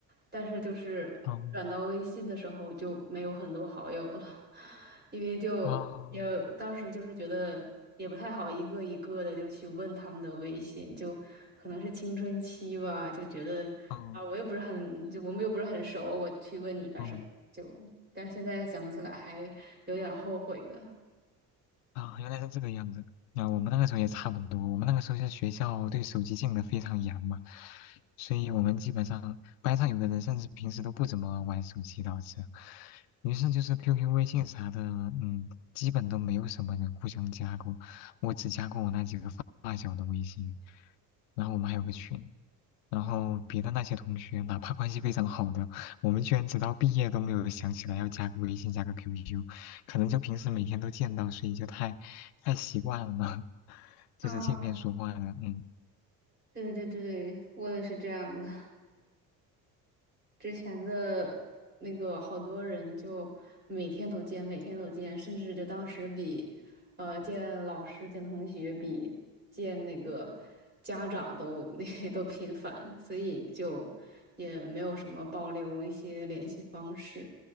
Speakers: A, on the right (about 20°); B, on the left (about 65°).
A: 但是就是转到微信的时候就没有很多好友了，
B: 哦
A: <laughs> 因为就也当时就是觉得也不太好一个一个的就去问他们的微信，
B: 哦，
A: 就可能是青春期吧，就觉得啊我又不是很就我们又不是很熟，
B: 哦
A: 我去问你干什么？
B: 哦
A: 就但是现在想起来还有点后悔的。
B: 啊，原来是这个样子。啊，我们那个时候也差不多，我们那个时候在学校对手机禁的非常严嘛，所以我们基本上班上有的人甚至平时都不怎么玩手机导致，于是就是 QQ、微信啥的，嗯，基本都没有什么人互相加过，我只加过我那几个发发小的微信，然后我们还有个群。然后别的那些同学，哪怕关系非常好的，我们居然直到毕业都没有想起来要加个微信、加个 QQ，可能就平时每天都见到，所以就太太习惯了，<laughs>
A: 啊，
B: 就是见面说话了，嗯。
A: 对对对，我也是这样的。之前的那个好多人就每天都见，每天都见，甚至就当时比，呃，见老师、见同学比见那个家长都 <laughs> 那都频繁，所以就也没有什么保留一些联系方式。